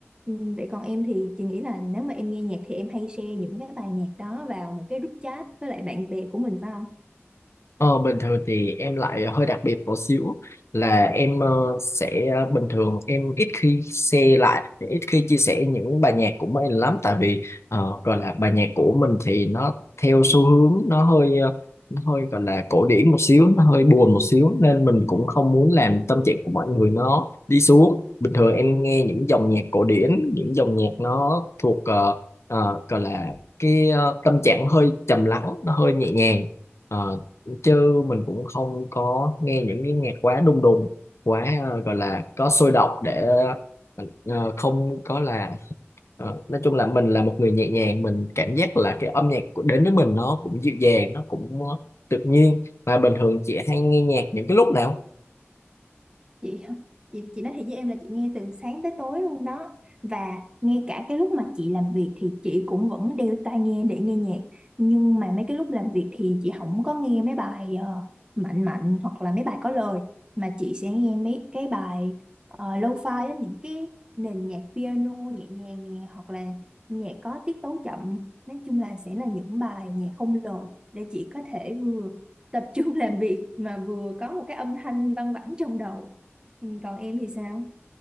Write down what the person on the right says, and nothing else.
Ừ, vậy còn em thì chị nghĩ là nếu mà em nghe nhạc thì em hay share những cái bài nhạc đó vào một cái group chat với lại bạn bè của mình phải không
chị không chị chị nói thiệt với em là chị nghe từ sáng tới tối luôn đó và ngay cả cái lúc mà chị làm việc thì chị cũng vẫn đeo tai nghe để nghe nhạc nhưng mà mấy cái lúc làm việc thì chị không có nghe mấy bài ờ, mạnh mạnh hoặc là mấy bài có lời mà chị sẽ nghe mấy cái bài ờ, lo-fi á, những cái nền nhạc piano nhẹ nhàng nè hoặc là nhạc có tiết tấu chậm nói chung là sẽ là những bài nhạc không lời để chị có thể vừa tập trung <laughs> làm việc mà vừa có một cái âm thanh văng vẳng trong đầu Ừ, còn em thì sao?